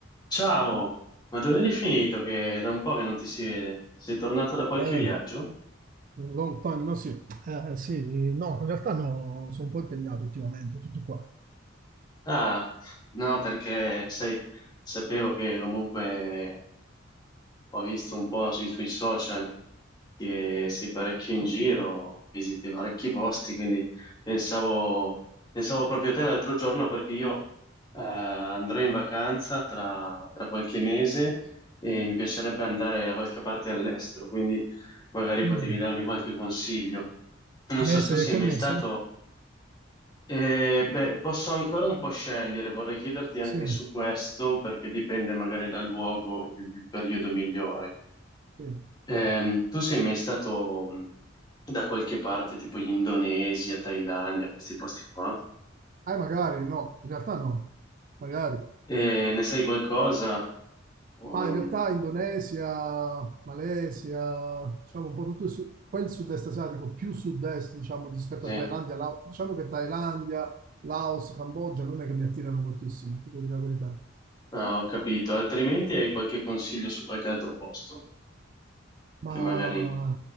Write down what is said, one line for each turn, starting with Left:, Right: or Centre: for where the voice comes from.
Left: Ciao, ma dove eri finito? Che è da un po' che non ti si vede. Sei tornato da qualche
Right: Eh,
Left: viaggio?
Right: long time, no sì. Eh, sì, no, in realtà no, sono un po' impegnato ultimamente, tutto qua.
Left: Ah, no, perché sai, sapevo che comunque Ho visto un po' sui tuoi social che sei parecchio in giro, visiti parecchi posti, quindi pensavo, pensavo proprio a te l'altro giorno perché io eh, andrò in vacanza tra, tra qualche mese e mi piacerebbe andare a qualche parte all'estero, quindi magari potevi
Right: Mm,
Left: darmi qualche consiglio. Non
Right: mese,
Left: so se tu sei
Right: che
Left: mai
Right: mese?
Left: stato... Eh, beh, posso ancora un po' scegliere, vorrei chiederti anche
Right: Sì,
Left: su questo perché dipende magari dal luogo il il periodo migliore.
Right: sì. Eh,
Left: Ehm, tu sei mai stato mh, da qualche parte, tipo in Indonesia, Thailandia, questi posti qua?
Right: magari no, in realtà no, magari.
Left: E ne sai qualcosa? Um,
Right: Ma in realtà Indonesia, Malesia, diciamo un po' tutto il su- quel sud-est asiatico, più sud-est, diciamo, rispetto
Left: sì,
Right: a Thailandia, Lao- diciamo che Thailandia, Laos, Cambogia non è che mi attirano moltissimo, ti devo dire la verità.
Left: Ah, ho capito. Altrimenti hai qualche consiglio su qualche altro posto
Right: Ma
Left: che magari...